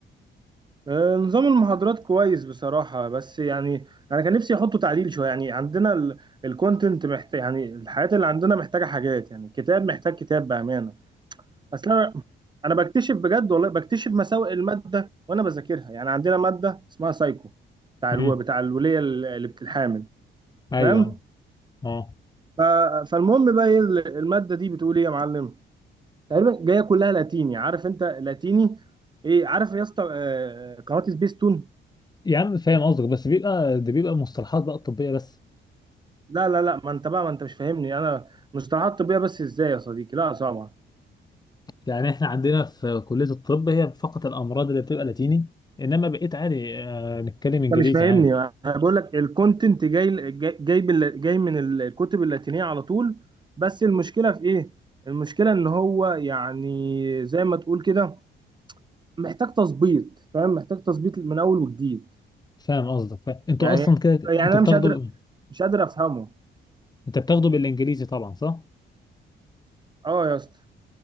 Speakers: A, on the right; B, on the left.
A: آه، نظام المحاضرات كويس بصراحة بس يعني انا كان نفسي احطه تعديل شوية يعني عندنا الكونتنت محتاج يعني الحاجات اللي عندنا محتاجة حاجات يعني كتاب محتاج كتاب بأمانة اصلا انا بكتشف بجد والله بكتشف مساوئ الماده وانا بذاكرها يعني عندنا ماده اسمها سايكو بتاع
B: امم
A: الو... بتاع الوليه اللي بتتحامل
B: ايوه
A: فاهم
B: اه
A: ف... فالمهم بقى ايه ال- الماده دي بتقول ايه يا معلم تقريبا جايه كلها لاتيني عارف انت لاتيني ايه عارف يا اسطى آه، قناه سبيستون
B: يا عم فاهم قصدك بس بيبقى ده بيبقى مصطلحات بقى طبيه بس
A: لا لا لا ما انت بقى ما انت مش فاهمني انا مصطلحات طبيه بس ازاي يا صديقي لا طبعا
B: يعني احنا عندنا في كليه الطب هي فقط الامراض اللي بتبقى لاتيني انما بقيت عادي آه، نتكلم
A: انت
B: انجليزي
A: مش فاهمني
B: عادي
A: انا بقول لك الكونتنت جاي جاي جاي بال- جاي من الكتب اللاتينيه على طول بس المشكله في ايه المشكله ان هو يعني زي ما تقول كده محتاج تظبيط فاهم محتاج تظبيط من اول وجديد
B: فاهم قصدك فاهم. انتوا
A: يعني
B: اصلا كده
A: يعني
B: انتوا
A: انا
B: بتاخدوا
A: مش قادر مش قادر افهمه
B: انت بتاخدوا بالانجليزي طبعا صح؟
A: اه يا اسطى